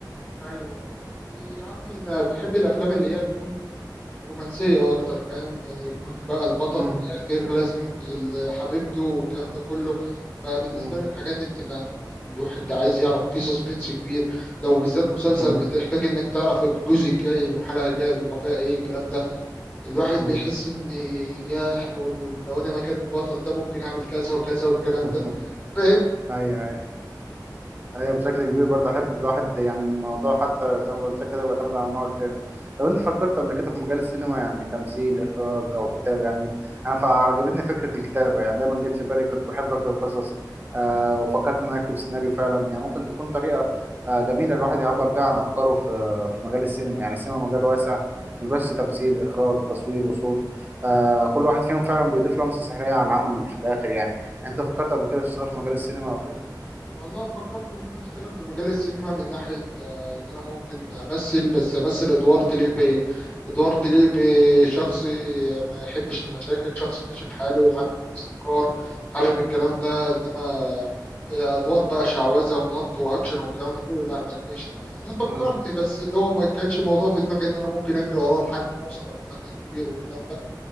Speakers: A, on the left; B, on the right.
A: ايوه يا عم أنا بحب الأفلام اللي هي تكون رومانسية أكتر فاهم يعني يكون بقى البطل
B: مم.
A: في الآخر لازم ينقذ ال- حبيبته والكلام ده كله فبالنسبة
B: مم.
A: لي الحاجات دي بتبقى الواحد عايز يعرف في سسبنس كبير لو بالذات مسلسل
B: <laughs>
A: بتحتاج إنك تعرف الجزء الجاي الحلقة الجاية بيبقى فيها إيه الكلام ده الواحد
B: مم.
A: بيحس إن ياه لو لو أنا مكان البطل ده ممكن أعمل كذا وكذا والكلام
B: <laughs>
A: ده فاهم؟
B: أيوه ايوه بشكل كبير برضه حته الواحد يعني الموضوع حتى زي ما قلت لك كده بيعتمد على نوع الفيلم لو انت فكرت قبل كده في مجال السينما يعني تمثيل اخراج او كتابه يعني انا فعجبتني فكره الكتابه يعني دايما جت في بالي كنت بحب اكتب قصص آه وفكرت ان أنا اكتب سيناريو فعلا يعني ممكن تكون طريقه آه جميله الواحد يعبر بيها عن افكاره في في مجال السينما يعني السينما مجال واسع مش بس تمثيل اخراج تصوير وصوت آه كل واحد فيهم فعلا بيضيف لمسه سحريه على العمل في الاخر يعني انت فكرت قبل كده تشتغل في مجال السينما او كده؟
A: والله فكرت ان انا اشتغل في مجال السينما من ناحيه آه، ان انا ممكن امثل بس امثل ادوار تليق بيا ادوار تليق بشخص ما يحبش المشاكل شخص ماشي في حاله وحابب الاستقرار حابب الكلام ده انما آه، ادوار بقى شعوذه ونط واكشن والكلام ده كله لا ما تلاقيش عليا انا فكرت
B: مم.
A: بس هو ما كانش الموضوع في دماغي ان انا ممكن اجري وراه لحد ما اوصل ابقى فنان كبير والكلام ده